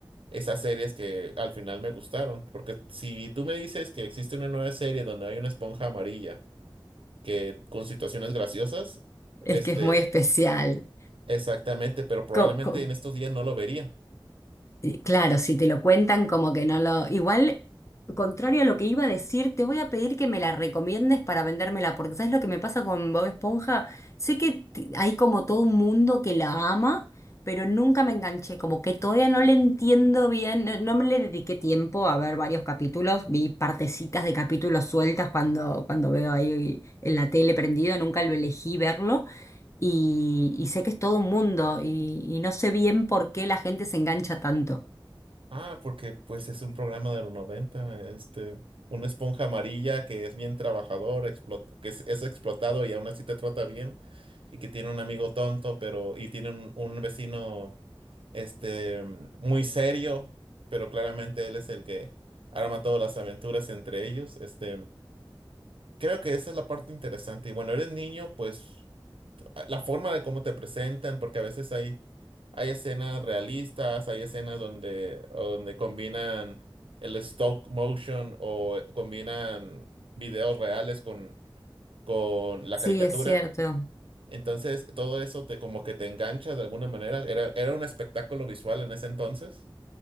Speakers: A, on the right (about 85°); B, on the left (about 35°).
A: esas series que al final me gustaron, porque si tú me dices que existe una nueva serie donde hay una esponja amarilla que con situaciones graciosas,
B: es
A: este,
B: que es muy especial.
A: exactamente, pero probablemente
B: Co- co-
A: en estos días no lo vería.
B: y claro, si te lo cuentan como que no lo... Igual, contrario a lo que iba a decir, te voy a pedir que me la recomiendes para vendérmela, porque ¿sabes lo que me pasa con Bob Esponja? Sé que t- hay como todo un mundo que la ama, pero nunca me enganché, como que todavía no le entiendo bien, no, no me le dediqué tiempo a ver varios capítulos, vi partecitas de capítulos sueltas cuando, cuando veo ahí en la tele prendido, nunca lo elegí verlo. y, y sé que es todo un mundo y, y no sé bien por qué la gente se engancha tanto.
A: Ah, porque pues es un programa de los noventa este, una esponja amarilla que es bien trabajador, explot- que es, es explotado y aún así te trata bien. y que tiene un amigo tonto, pero y tiene un, un vecino este mm, muy serio, pero claramente él es el que arma todas las aventuras entre ellos. Este, creo que esa es la parte interesante. Y bueno, eres niño, pues la forma de cómo te presentan, porque a veces hay hay escenas realistas, hay escenas donde donde combinan el stop motion o combinan videos reales con con la
B: Sí,
A: caricatura.
B: es cierto.
A: Entonces, todo eso te como que te engancha de alguna manera. Era, era un espectáculo visual en ese entonces,